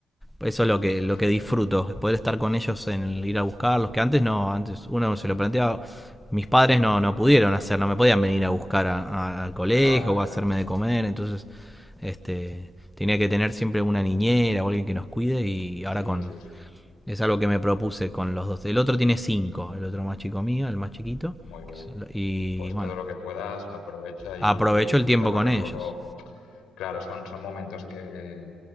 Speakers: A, in the centre; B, on the left (about 85°).
A: Eso es lo que, lo
B: Perfecto.
A: que disfruto, poder estar con ellos en el ir a buscarlos, que antes no, antes uno se lo planteaba, mis padres no, no pudieron hacer, no me podían venir a buscar a- a- al colegio
B: Claro,
A: o
B: claro.
A: a hacerme de comer, entonces este tenía que tener siempre una niñera o alguien que nos cuide y ahora
B: Sí,
A: con
B: sí, sí.
A: es algo que me propuse con los dos. El otro tiene cinco, el otro más chico mío, el más chiquito
B: Muy bien.
A: y
B: Pues
A: bueno,
B: todo lo que puedas, aprovecha y,
A: aprovecho
B: y disfruta
A: el tiempo
B: porque
A: con ellos.
B: luego Claro, son, son momentos que,